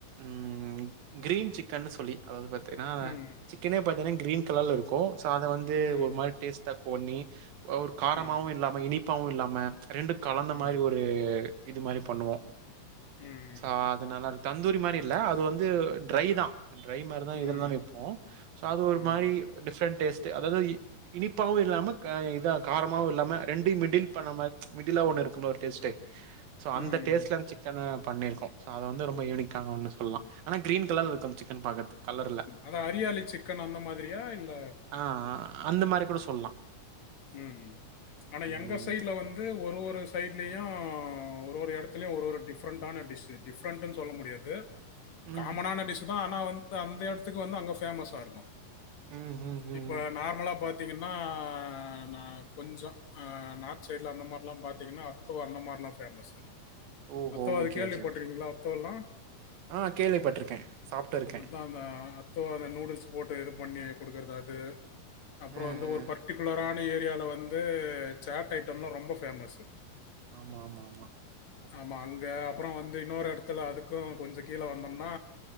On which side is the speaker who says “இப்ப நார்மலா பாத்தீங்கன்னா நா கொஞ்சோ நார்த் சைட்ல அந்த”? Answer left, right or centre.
Left